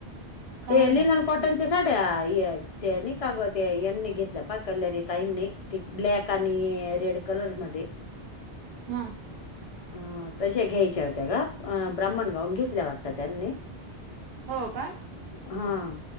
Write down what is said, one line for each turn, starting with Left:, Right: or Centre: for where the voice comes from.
Right: चांगलंय
Left: ते लिलन
Right: ना मग
Left: कॉटनच्या साड्या न का ते यांनी घेतल्या पा कल्यारी ताईन नाही ती ब्लॅक आणि रेड कलर मध्ये.
Right: हा.
Left: ह तश्या घ्यायच्या होत्या ग अ ब्राह्मण गाऊन घेतल्या वाटत. त्यांनी
Right: हा हो का
Left: हा.